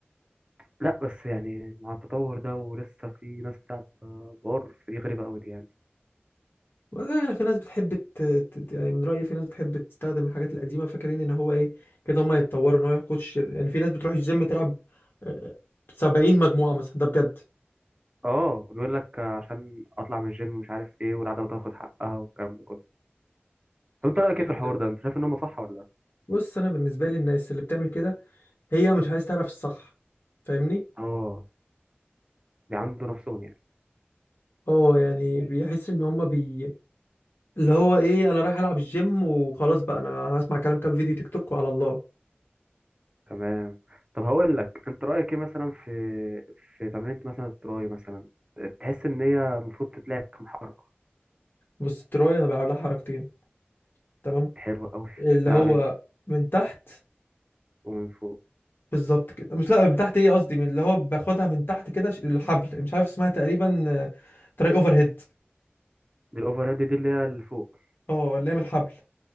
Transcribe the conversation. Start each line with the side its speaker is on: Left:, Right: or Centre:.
Right: لا بس يعني مع التطور ده ولسه في ناس بتلعب آه، بار فدي غريبه قوي دي يعني
Left: والله يعني في ناس بتحب ت... ت- يعني من رأيي في ناس بتحب تستخدم الحاجات القديمة فاكرين ان هو ايه كده هما يتطوروا ان هو ياخد شر يعني في ناس بتروح الجيم تلعب آه، 70 مجموعة مثلا ده بجد
Right: اه بيقول لك آه، عشان اطلع من الجيم مش عارف ايه والعضله تاخد حقها والكلام ده كله طب انت
Left: الكلام
Right: رايك ايه في الحوار
Left: ده
Right: ده انت شايف ان هم صح ولا لا؟
Left: بص انا بالنسبة لي الناس اللي بتعمل كده هي مش عايز تعرف الصح فاهمني
Right: اه بيعندوا نفسهم يعني
Left: اه يعني بيحس ان هما بي اللي هو ايه انا رايح العب الجيم وخلاص بقى انا هسمع كلام كام فيديو تيك توك وعلى الله
Right: تمام طب هقول لك انت رايك ايه مثلا في في تمرينة مثلا التراي مثلا تحس ان هي المفروض تتلعب كام حركه
Left: بص التراي انا بلعب لها حركتين تمام
Right: حلوه قوي
Left: اللي
Right: بتاع
Left: هو
Right: ايه بقى
Left: من تحت
Right: ومن فوق
Left: بالظبط كده مش لا من تحت ايه قصدي من اللي هو باخدها من تحت كده ش- الحبل مش عارف اسمها تقريبا تراي اوفر هيد
Right: دي الاوفر هيد دي اللي هي اللي فوق
Left: اه اللي هي من الحبل